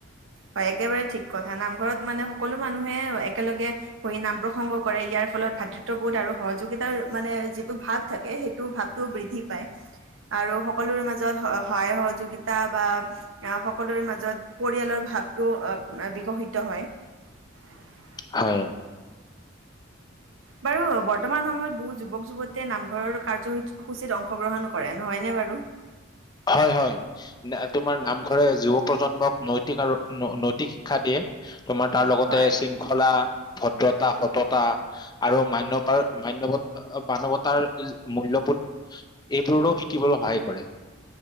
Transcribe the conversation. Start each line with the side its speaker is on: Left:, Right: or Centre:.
Right: হয় একেবাৰে ঠিক কথা নামঘৰত মানে সকলো মানুহে একেলগে বহি নাম প্ৰসংগ কৰে ইয়াৰ ফলত ভাতৃত্ববোধ আৰু সহযোগিতাৰ মানে যিটো ভাৱ থাকে সেইটো ভাৱটো বৃদ্ধি পায় আৰু সকলোৰে মাজত সহায় সহযোগিতা বা সকলোৰে মাজত পৰিয়ালৰ ভাৱটো বিকশিত হয়
Left: হয়
Right: বাৰু বৰ্তমান সময়ত বহুত যুৱক যুৱতীয়ে নামঘৰৰ কাৰ্যসূসূচীত অংশগ্ৰহণ কৰে নহয়নে বাৰু
Left: হয় হয় ন তোমাৰ নামঘৰে যুৱ প্ৰজন্মক নৈতিক আৰু ন শিক্ষা দিয়ে তোমাৰ তাৰ লগতে
Right: হয়।
Left: শৃংখলা ভদ্ৰতা, সততা আৰু মান্যাৰ-মান্যৱ মানৱতাৰ মূল্যবোধ এইবোৰো শিকিবলৈ সহায় কৰে।